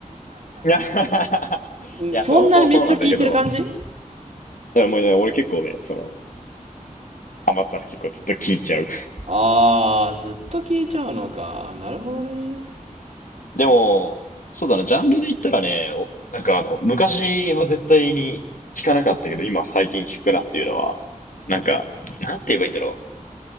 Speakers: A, on the left; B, on the right.
A: <laughs> いや、<laughs>
B: んそんなにめっちゃ聴いてる感じ
A: いや、そう、そう、そうなんだけど、いや、もうね、俺結構ね、その、ハマったら結構ずっと聴いちゃう
B: あーずっと聴いちゃうのかなるほどね
A: でも、そうだな、ジャンルで言ったらね、おなんかあの、昔は絶対に聞かなかったけど、今最近聞くなっていうのは、なんか、なんて言えばいいんだろ